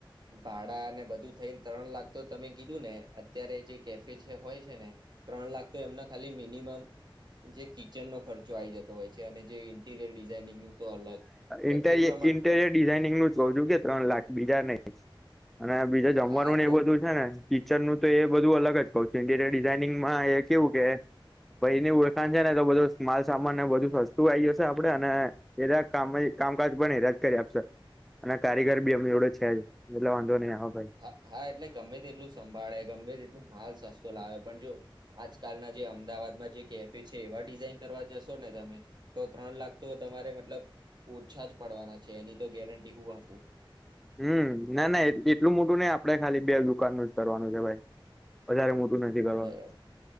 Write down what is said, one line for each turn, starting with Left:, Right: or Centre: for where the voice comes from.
Right: ભાડા અને બધું થઈને ત્રણ લાખ તો તમે કીધું ને અત્યારે જે કેફે છે હોય છે ને ત્રણ લાખ તો એમના ખાલી મિ મિનિમમ જે કિચનનો ખર્ચો આવી જતો હોય છે, અને જે ઇન્ટીરિયર ડિઝાઈનિંગનું તો અલગ એટલે
Centre: ઇન્ટેરિયર
Right: એ પ્રમાણે
Centre: ઇન્ટેરિયર ડિઝાઇનિંગનું જ કઉ છું કે ત્રણ લાખ બીજા નઈ, અને બીજા જમવાનું
Right: હા હા
Centre: ને
Right: તો
Centre: એ બધું છે ને ટીચર નું તો એ બધું અલગ જ કઉ ઇન્ટીરિયર ડિઝાઇનિંગમાં એ કેવું કે ભાઈ એની ઓળખાણ છે ને તો બધું માલ સામાન ને બધું સસ્તું આવી જશે આપડે અને એલા કામ કામકાજ બને રાજ કરી આપશો અને કારીગર બી અમને એડો છે જ એટલે વાંધો નહી આવે ભાઈ
Right: હા હા ગમે તેટલું સંભાળે ગમે તે એટલું માલ સસ્તો લાવે પણ જો આજકાલના જે અમદાવાદમાં જે કેફે છે એવા ડિઝાઇન કરવા જશો ને તમે તો ત્રણ લાખ તો તમારે મતલબ ઓછા જ પડવાના છે એની તો ગેરંટી હું આપું
Centre: હમ ના ના એટલું મોટું નઈ આપડે ખાલી બે દુકાન જ કરવારનું છે ભાઈ વધારે મોટું નથી કરવાનું
Right: બરાબર